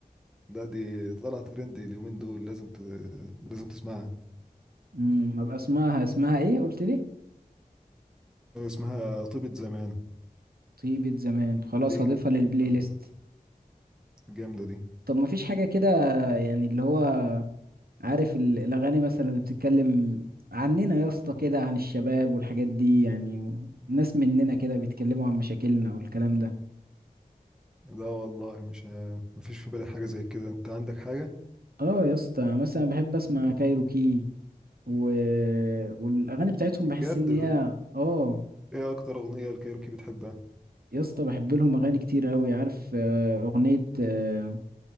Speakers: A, in the centre; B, on the right.
A: لا دي طلعت ترند اليومين دول لازم ت... لازم تسمعها
B: امم ابقى اسمعها اسمها ايه قلت لي
A: اسمها طيبة زمان
B: طيبة زمان خلاص
A: دي
B: هضيفها للبلاي
A: آه
B: ليست
A: جامدة دي
B: طب ما فيش حاجة كده يعني اللي هو عارف ال- الأغاني مثلا اللي بتتكلم عننا يا اسطى كده عن الشباب والحاجات دي يعني ناس مننا كده بيتكلموا عن مشاكلنا والكلام ده
A: لا والله مش ه- مفيش في بالي حاجة زي كده انت عندك حاجة
B: اه يا اسطى مثلا بحب اسمع كايروكي و... والاغاني بتاعتهم
A: بجد
B: بحس ان
A: ب-
B: هي اه
A: ايه اكتر اغنية الكايروكي بتحبها
B: يا اسطى بحب لهم اغاني كتير قوي عارف آه، اغنية آه،